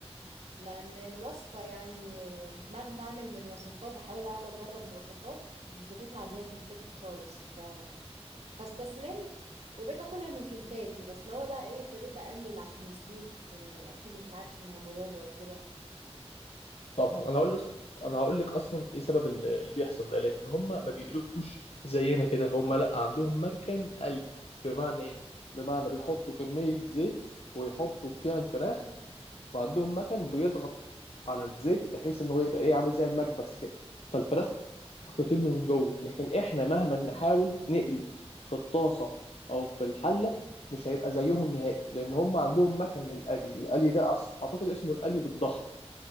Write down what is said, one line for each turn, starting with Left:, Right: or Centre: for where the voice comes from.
Right: لان الوصفة يعني آه، مهما اعمل من وصفات احاول اقعد اجرب وصفات مش بتطلع زي كنتاكي خالص ف فاستسلمت وبقيت اكلها من كنتاكي بس لو بقى ايه ابتديت اقلل عشان الزيوت آه، اكيد انت عارف انها مضرة وكده
Left: طبعا انا هقول لك انا هقول لك اصلا ايه سبب ال- اللي بيحصل ده لان هم ما بيقلوش زينا كده هم لا عندهم مكن قلي بمعنى ايه بمعنى بيحطوا كميه زيت ويحطوا فيها الفراخ وعندهم مكن بيضغط على الزيت بحيث ان هو يبقى ايه عامل زي المكبس كده فالفراخ تطيب من جوه لكن احنا مهما نحاول نقلي في الطاسه او في الحله مش هيبقى زيهم نهائي لان هم عندهم مكن للقلي القلي ده أص- اعتقد اسمه القلي بالضغط